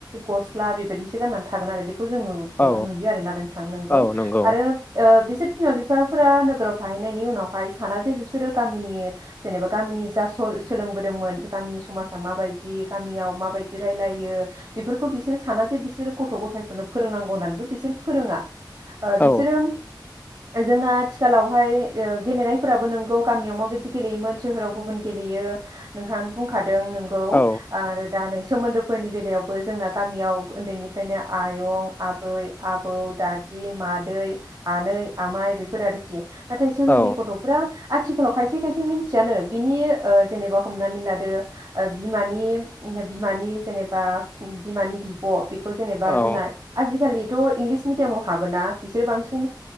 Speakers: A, on the right; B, on the left.
A: गसला बेबायदिसो गाननानै थागोन आरो बे खौ जों नुगौ
B: औ
A: नुयो आरोना नोंथां । नोंगौ
B: औ नंगौ
A: आरो ओ बि सोर बिमा बिफाफोरा नोगोराव थाहैनायनि उनावहाय साना जे बिसोरो गामिनि जेनेबा गामिनि जा स सोलोंबोदोंमोन गामिनि समाजा माबायदि गामियाव माबायदि रायलायो बेफोरखौ बिसोर साना जे बिसोरो गथ' गथायफोरनो फोरोंनांगौ होननानैबो बिसोर फोरोङा। ओ
B: औ
A: बिसोरो जोंना आथिखालाव ओमफ्राय ओ गेलेनायफोराबो नोंगौ गामियाव माबायदि गेलेयोमोन सोहोराव गुबुन गेलेयो नोंथाङानो बुंखादों नोंगौ
B: औ
A: आरो दा नै सोमोन्दोफोरनि बेलायावबो जोंना गामियाव उन्दैनिफ्रायनो आयं आबै आबौ दादि मादै आनै आमाइ बेफोर आरोखि। नाथाय सोहोरनि
B: औ
A: गथ'फ्रा आथिखालाव खायसे खायसे मिनथियानो बिनि ओ जेनेबा हमनानै लादो ओ बिमानि बिमानि जेनेबा बिमानि बिब' बेखौ खौ जेनेबा
B: औ
A: जोंना आजिखालि थ' इंलिस मिडियामाव हाबोना बिसोर बांसिन